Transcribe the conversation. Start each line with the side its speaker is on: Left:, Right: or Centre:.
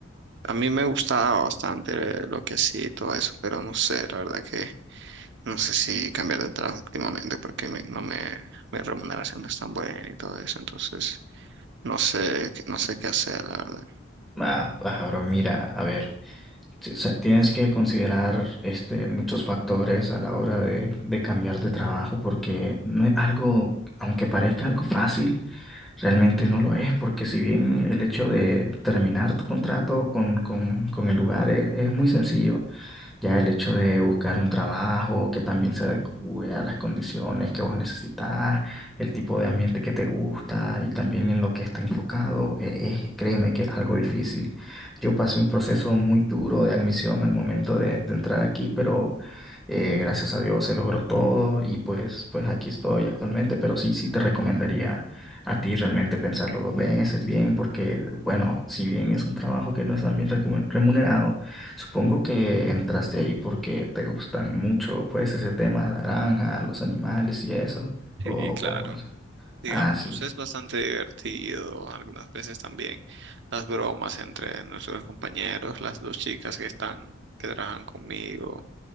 Right: a mí me gustaba bastante lo que hacía y todo eso, pero no sé, la verdad que no sé si cambiar de trabajo últimamente porque mi- no me, mi remuneración no es tan buena y todo eso, entonces no sé, qué- no sé qué hacer, la verdad.
Centre: Ah, ah, bro, mira, a ver, si- o sea, tienes que considerar este, muchos factores a la hora de, de cambiar de trabajo porque no es algo, aunque parezca algo fácil, realmente no lo es, porque si bien el hecho de terminar tu contrato con, con, con el lugar es es muy sencillo. Ya el hecho de buscar un trabajo que también se adecue a las condiciones que vos necesitas, el tipo de ambiente que te gusta y también en lo que está enfocado, eh, es, créeme que es algo difícil. Yo pasé un proceso muy duro de admisión al momento de, de entrar aquí, pero eh, gracias a Dios se logró todo y pues, pues aquí estoy actualmente, pero sí, sí te recomendaría a ti realmente pensarlo dos veces bien, porque bueno, si bien es un trabajo que no es tan bien recu- remunerado, Supongo que entraste ahí porque te gustan mucho, pues, ese tema de la granja, los animales y eso.
Right: Sí,
Centre: O,
Right: claro.
Centre: o,
Right: Digamos,
Centre: ah, sí.
Right: es bastante divertido, algunas veces también las bromas entre nuestros compañeros, las dos chicas que están, que trabajan conmigo,